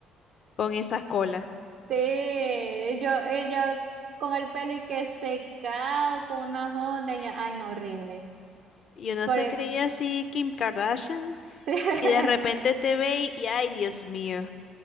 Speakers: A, on the left; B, on the right.
A: con esas colas.
B: Sí, yo, ella con el pelo y que secado, con unas ondas, y yo, ay, no, horrible.
A: Y uno
B: Porque,
A: se creía así Kim Kardashian
B: sí, <laughs>
A: y de repente te ve y, y, ay, Dios mío,